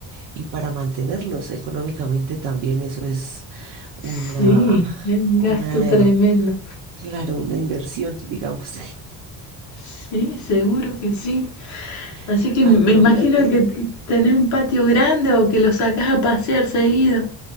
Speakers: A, on the right; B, on the left.
A: y para mantenerlos económicamente también. Eso es una,
B: Sí, es un
A: una,
B: gasto tremendo.
A: claro, una inversión, digamos.
B: Sí, seguro que sí. Así
A: <laughs>
B: que me
A: Ay, pero
B: imagino
A: mira que...
B: que t- tenés un patio grande o que lo sacás a pasear seguido.